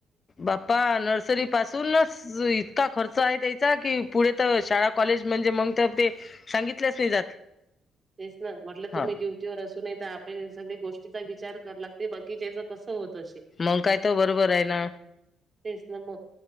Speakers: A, on the left; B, on the right.
A: बाप्पा नर्सरी पासूनच इतका खर्च आहे. त्यांचा की पुढे तर शाळा कॉलेज म्हणजे मग तर ते सांगितलेच नाही जात.
B: तेच ना म्हटलं
A: हा
B: तुम्ही ड ड्यूटीवर असून तर आपल्या सगळे गोष्टीचा विचार कर लागते बाकिच्यांच कसं होत अस
A: मंग काय तो बरोबर आहे ना,
B: तेच ना मग